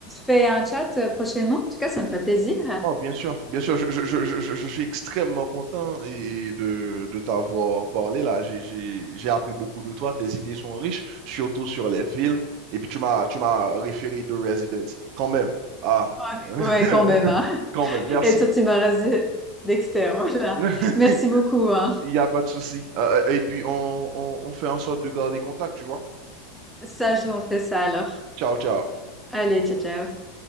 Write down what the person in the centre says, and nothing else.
fait un chat euh, prochainement? En tout cas, ça me ferait plaisir.
Ok,
Ouais, quand même, hein.
Et toi, tu m'as rasé Dexter, voilà.
Merci beaucoup, hein.
Ça, je vous en fais ça alors.
Allez, ciao, ciao.